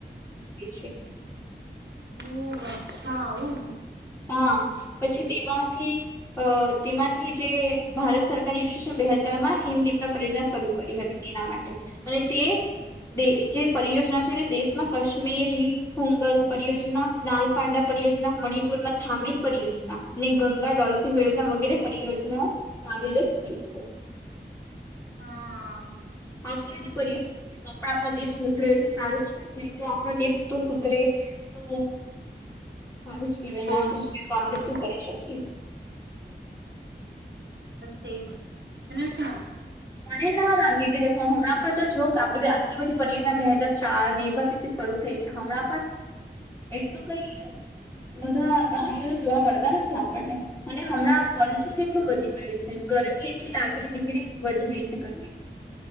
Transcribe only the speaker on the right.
હમ્મ, અચ્છા, વું.
હા
બહુ
જ
હા
સે જ તને સુ